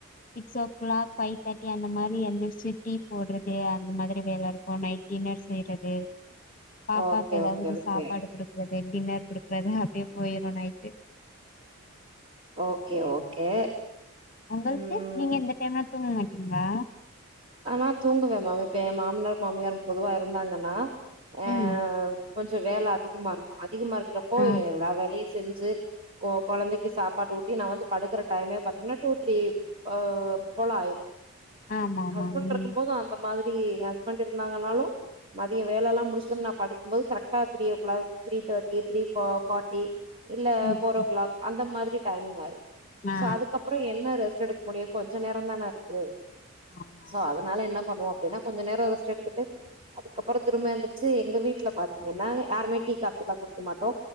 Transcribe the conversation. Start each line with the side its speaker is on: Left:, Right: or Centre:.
Left: சிக்ஸ் ஓ க்ளாக் ஃபை தேட்டி அந்த மாரி எந்திர்ச்சி டீ போட்றது அந்த மாதிரி வேல இருக்கு நைட் டின்னர் செய்றது பாப்பாக்கு
Right: ஓகே
Left: ஏதாவ்து
Right: ஓகே
Left: இது
Right: ஓகே
Left: சாப்பாடு குடுக்கற் கு டின்னர் குடுக்றது அப்டியே பொய்ரு நைட்டு
Right: ஓகே ஓகே
Left: ஒங்கள்க்கு
Right: ம்
Left: நீங்க இந்த டைம்லா தூங்க மாட் டீங்ளா
Right: அ நா தூங்குவ மேம் இப்ப ஏ மாம்னார் மாமியாரும் பொதுவா இருந்தாங்கன்னா ஆ
Left: ம்
Right: கொஞ்சோ வேல அதிகமாருக்கு அதிகமாருக்கறப்போ
Left: ஆ
Right: எல்லா வேலையு செஞ்சு ச்சு கொ கொழந்தைக்கு சாப்பாடு ஊட்டி நா வந்து படுக்கற டைமே பாத்தீங்கன்னா டூ த்ரீ ஆ ப்போலாயிரு
Left: ஆமா ஆமா
Right: ஹஸ்பண்டு
Left: ம்
Right: இருக்கும் போது அந்த மாதிரி ஹஸ்பண்ட் இருந்தாங்கனாலு மதிய வேலல்லா முடிச்சுட்டு வந்து நா படுக் கும்போது கரெக்டா three o'clock three thirty three பா ஃபாட்டி இல்ல
Left: ம்
Right: போர் ஓ
Left: ம்
Right: கிளாக் அந்த மாதிரி டைமிங் ஆயிரும்
Left: ஆ
Right: சோ அதுக்கப்புறோ என்ன ரெஸ்ட் எடு முடியு கொஞ்சோ நேரோ தான இருக்கு
Left: ஆமா
Right: சோ அதனால என்ன பண்ணுவோ அப்டின்னா கொஞ்சோ நேரோ ரெஸ்டெடுத்துட்டு அதுக்கப்புறோ திரும்ப எந்துருச்சு எங்க வீட்ல பாத்தீங்கன்னா யாருமே டீ காஃபில்லா குடிக்க மாட்டோ